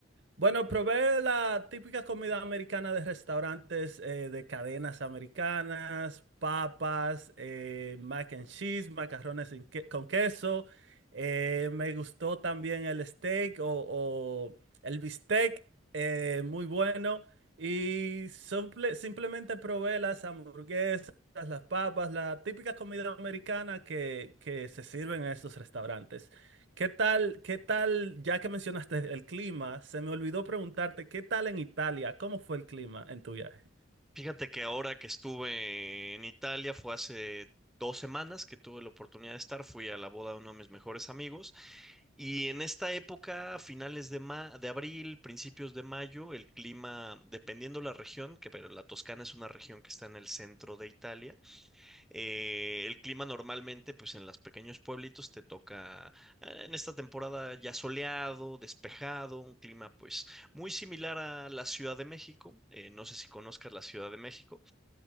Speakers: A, on the right; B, in the centre.
A: Bueno, probé la típica comida americana de restaurantes eh, de cadenas americanas, papas, eh, mac and cheese, macarrones sin que- con queso. Eh, me gustó también el steak o, o el bistec, eh, muy bueno. Y simple- simplemente probé las hamburguesas, las papas, la típica comida americana que, que se sirve en estos restaurantes. ¿Qué tal, qué tal, ya que mencionaste el clima, se me olvidó preguntarte, ¿qué tal en Italia? ¿Cómo fue el clima en tu viaje?
B: Fíjate que ahora que estuve en Italia, fue hace dos semanas que tuve la oportunidad de estar, fui a la boda de uno de mis mejores amigos Y en esta época, a finales de, ma- de abril, principios de mayo, el clima, dependiendo la región, que pero la Toscana es una región que está en el centro de Italia, eh, el clima normalmente, pues en los pequeños pueblitos te toca eh, en esta temporada ya soleado, despejado, un clima pues muy similar a la Ciudad de México. Eh, no sé si conozcas la Ciudad de México.